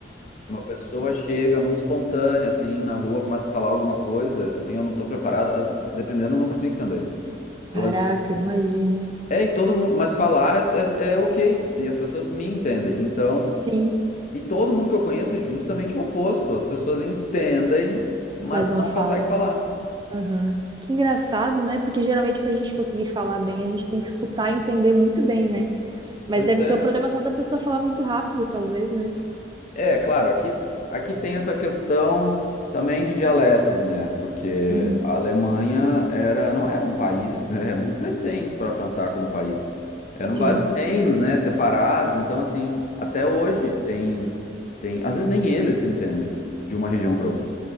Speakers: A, on the left; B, on the right.
A: Se uma pessoa chega muito espontânea, assim, na rua, começa a falar alguma coisa, assim, eu não tô preparado, as- dependendo, eu não consigo entender. Ou
B: Caraca,
A: às vezes,
B: imagino.
A: é, e todo mundo, mas falar é, é, é ok, e as pessoas me entendem. Então,
B: Sim,
A: e todo mundo que eu conheço é justamente o oposto, as pessoas entendem, mas
B: mas não
A: não
B: falam.
A: conseguem falar.
B: Aham. Que engraçado, né? Porque geralmente para a gente conseguir falar bem, a gente tem que escutar e entender muito bem, né? Mas
A: Pois
B: deve
A: é.
B: ser o problema só da pessoa falar muito rápido, talvez, né?
A: É, claro, aqui, aqui tem essa questão também de dialetos, né? Porque
B: Uhum.
A: a Alemanha era, não era um país, né? É muito recente para pensar como país. Eram
B: Sim,
A: vários reinos, né? Separados. Então, assim, até hoje tem, tem, às vezes nem eles se entendem de uma região para outra.